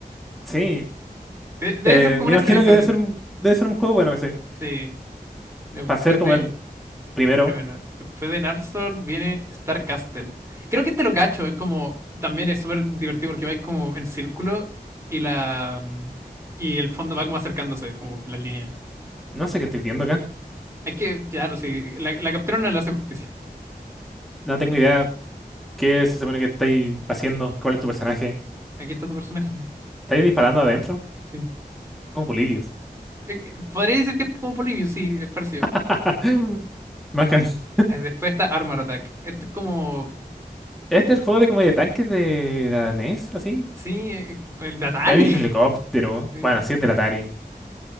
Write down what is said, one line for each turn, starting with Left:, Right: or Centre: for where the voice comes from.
Centre: Sí,
Right: De- debe
Centre: eh,
Right: ser como
Centre: me
Right: una
Centre: imagino
Right: experiencia.
Centre: que debe
Right: pero-
Centre: ser un, debe ser un juego bueno ese.
Right: Sí. Después
Centre: Para ser como
Right: de.
Centre: el primero.
Right: Primero, después de Narsort viene Star Castle. Creo que este lo cacho. Es como. También es súper divertido porque vais como en círculo y la. mm, Y el fondo va como acercándose, como las líneas.
Centre: No sé qué estoy viendo acá.
Right: Es que, claro, sí. La, la captura no le hace justicia.
Centre: No tengo idea qué se supone que estáis haciendo, cuál es tu personaje.
Right: Aquí está tu personaje.
Centre: ¿Estáis disparando adentro?
Right: Sí.
Centre: Como Polibios.
Right: Eh, eh, Podría decir que es como Polybius, sí, es parecido.
Centre: <laughs> Macas.
Right: Eh, Después está Armor Attack. Este es como.
Centre: Este es el juego de como de tanques de la NES, así.
Right: Sí, eh, el de Atari.
Centre: Hay un
Right: <laughs>
Centre: helicóptero.
Right: Sí.
Centre: Bueno, así es del Atari.